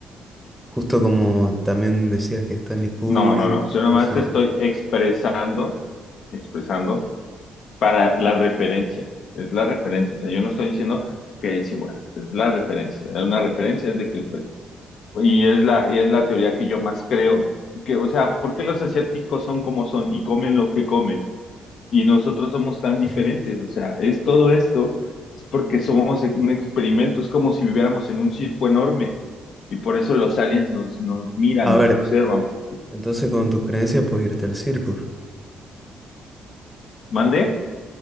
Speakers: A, in the centre; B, on the left.
A: Justo como también decías que Stanley Kubrick
B: No, no, no. Yo nomás
A: hizo...
B: estoy expresando, expresando para la referencia. Es la referencia. O sea, yo no estoy diciendo que es igual. Es la referencia. Una referencia es de que, pues, y es la, y es la teoría que yo más creo. Que, o sea, ¿por qué los asiáticos son como son y comen lo que comen? Y nosotros somos tan diferentes.
A: <laughs>
B: O sea, es todo esto, es porque somos un experimento. Es como si viviéramos en un circo enorme. Y por eso los aliens nos, nos miran,
A: A
B: nos
A: ver,
B: observan, porque.
A: entonces con tus creencias puedes irte al circo.
B: ¿Mandé?